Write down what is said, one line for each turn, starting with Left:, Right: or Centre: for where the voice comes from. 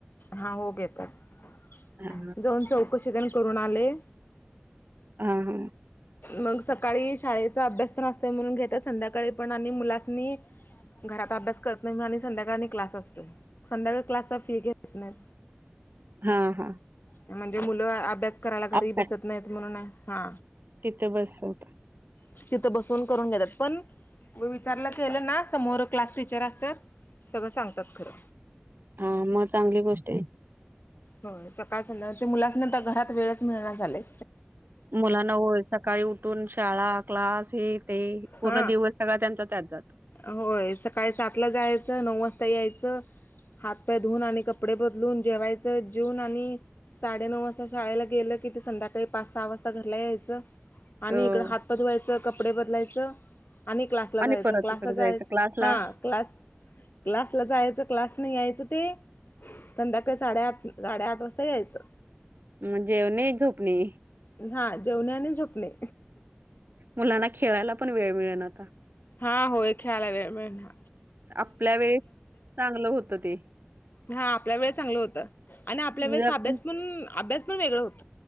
Left: हां हो घेतांत
Right: हा
Left: जाऊंन चौकशी जण करूंन आले
Right: ह हा
Left: मंग सकाळीं शाळेचा अभ्यास तर असतं म्हणूंन घेतात संध्यांकाळी पण आणि मुलांसनी घरात अभ्यास करत नाही मी आणि संध्याकाळने क्लास असतोय संध्याकाळी क्लासचा फी घेत नाही
Right: हा हा
Left: म्हणजे मुलं अभ्यास करायला घरी
Right: अभ्यास
Left: बसत नाहीत म्हणून हा
Right: तिथे बस होत
Left: तिथं बसवून करून देतात पण व विचारलं की आलं ना समोर क्लास टीचर असतात सगळं सांगतात खरं
Right: हा मग चांगली गोष्ट आहे
Left: हो सकाळच न ते मुलाच नर घरात वेळच मिळणा झालाय
Right: मुलांना होय सकाळीं उठून शाळां क्लास हे ते पूर्ण
Left: हा
Right: दिवस सगळां त्यांचा त्यांत जातो
Left: होय सकाळी सातला जायचं नऊ वाजता यायचं हात पाय धवून आणि कपडे बदलून जेवायच जेवून आणि साडेनऊ वाजता शाळेला गेलं किती संध्याकाळी पाच सहा वाजता घरला यायचं आणि
Right: अ
Left: इकडं हात पाय धुवायचं कपडे बदलायचं आणि क्लासला जायचं
Right: आणि परत
Left: क
Right: तिकडे जायचं क्लासला
Left: हा क्लास क्लासला जायचं क्लास नाही यायचं ते संध्याकाळी साडेआठ साडेआठ वाजता यायचं
Right: म्हणजे जेऊन झोपणे
Left: हा जेवणे आणि झोपणे
Right: मुलांना खेळायला पण वेळ मिळेल आता
Left: हा होय खेळाला वेळ मिळेना
Right: आपल्या वेळेस चांगलं होतं ते
Left: हा आपल्या वेळेस चांगलं होतं आणि आपल्या
Right: म्हणजे
Left: वेळेस
Right: आपण
Left: अभ्यास पण अभ्यास पण वेगळं होत